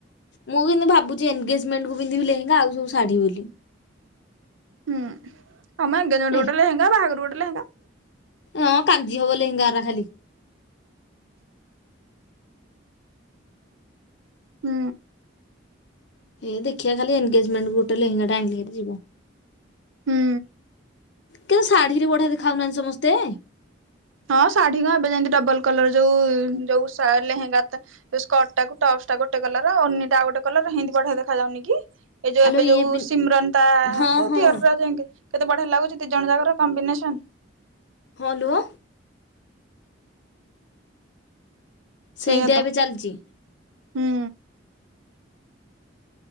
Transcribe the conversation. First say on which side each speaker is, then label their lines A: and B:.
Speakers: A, on the left (about 60°); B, on the right (about 85°).
A: ମୁଁ କିନ୍ତିୁ ଭାବୁଚି ଏନଗେଜମେଣ୍ଟକୁ ପିନ୍ଧିବି ଲେହେଙ୍ଗା ଆଉ ସବୁ ଶାଢୀ ବୋଲି।
B: ହୁଁ ହଁ ମ ଏନଗେଜମେଣ୍ଟ
A: ଏ
B: ଗୋଟେ ଲେହେଙ୍ଗା ବାହାଘର ଗୋଟେ ଲେହେଙ୍ଗା।
A: ଅଁ କାଞ୍ଜି ହବ ଲହେଙ୍ଗାରା ଖାଲି।
B: ହୁଁ।
A: ଏ ଦେଖିଆ ଖାଲି ଏନଗେଜମେଣ୍ଟକୁ ଗୋଟେ ଲେହେଙ୍ଗାଟେ ଆଇଁଲେ ହେରି ଯିବ।
B: ହୁଁ।
A: କିନ୍ତୁ ଶାଢ଼ୀରେ ବଢ଼ିଆ ଦେଖାହଉନାହାନ୍ତି ସମସ୍ତେ?
B: ହଁ ଶାଢୀ କଁ ଏବେ ଯେନ୍ତି ଡବଲ କଲର ଯୋଉ ଯୋଉ ସା ଲେହେଙ୍ଗା ତା ଏ ସ୍କଟଟାକୁ ଟପସଟା ଗୋଟେ କଲର ଓନିଟା ଆଉ ଗୋଟେ କଲର ହେନ୍ତି ବଢ଼ିଆ ଦେଖାଯାଉନି କି? ଏ ଯୋଉ
A: ଆଲୋ
B: ଏବେ
A: ଇଏ
B: ଯୋଉ
A: ପିନ୍
B: ସିମରନ୍ ତା
A: ହଁ
B: ଯୋଉ
A: ହଁ
B: ଦିଅରର ଯେଙ୍ଗେ କେତେ ବଢିଆ ଲାଗୁଚି ଦିଜଣ ଯାକର କମ୍ବିନେସନ୍।
A: ହଁ ଲୋ। ସେଇନ୍ତିଆ
B: ସେଇଆ ତ
A: ଏବେ ଚାଲଚି।
B: ହୁଁ।